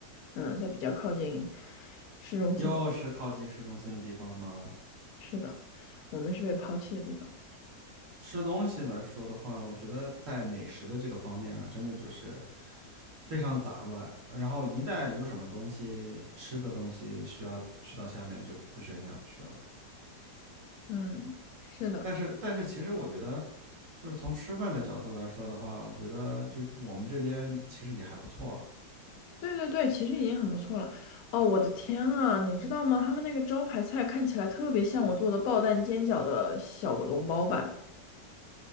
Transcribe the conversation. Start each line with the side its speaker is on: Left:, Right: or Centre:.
Left: 嗯，在比较靠近市中心。
Right: <laughs> 又是靠近市中心的地方吗？
Left: 是的，我们是被抛弃的地方。
Right: 吃东西来说的话，我觉得在美食的这个方面啊，真的就是非常杂乱。然后一旦有什么东西吃的东西需要去到下面，就不是很想去了。
Left: 嗯，是的，
Right: 但是，但是其实我觉得，就是从吃饭的角度来说的话，我觉得就我们这边其实也还不错了。
Left: 对对对，其实已经很不错了。哦，我的天啊，你知道吗？他们那个招牌菜看起来特别像我做的爆蛋煎饺的小笼包版。